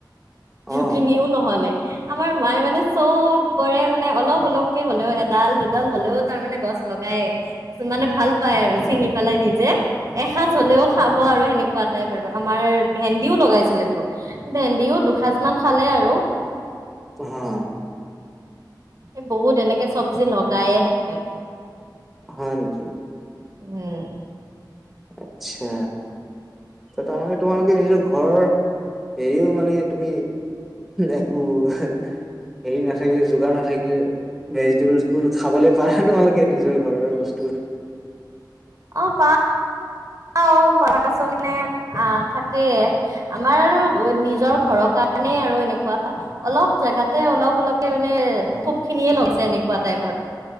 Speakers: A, in the centre; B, on the right.
A: অ'।
B: জুখিনিও <unintelligible> নহ'লে আমাৰ মায়ে মানে চবৰে মানে অলপ অলপকে হ'লেও এডাল দুডাল হ'লেও তাৰমানে গছ লগাই মানে ভাল পাই আৰু
A: অ',
B: চিঙি পেলাই নিজে এসাঁজ হলে'ও খাব আৰু সেনেকুৱা <unintelligible> পাৰিব আমাৰ ভেন্দিও লগাইছিলে তোৰ ভেন্দিও দুসাঁজ মান খালে আৰু
A: হা
B: এই বহুত এনেকে চব্জি লগায়ে থাকে।
A: হয় নেকি
B: উম
A: আচ্ছা তাৰমানে তোমালোকে নিজৰ ঘৰ হেৰিও মানে তুমি একো হেৰি নাথাকিলে যোগাৰ নাথাকিলে ভেজিটেবলবোৰ খাবলে পাৰা তোমালোকে নিজৰ ঘৰৰে বস্তু ফ <unintelligible>
B: অ', পাৰো অ', পাৰোঁ পাচলি নে <unintelligible> আহ থাকেই আমাৰ আৰু নিজৰ ঘৰত কাৰণেই আৰু এনেকুৱা অলপ জাগাতে অলপ অলপে মানে
A: অ'।
B: খুব খিনিয়ে লৈছে এনে টাইপ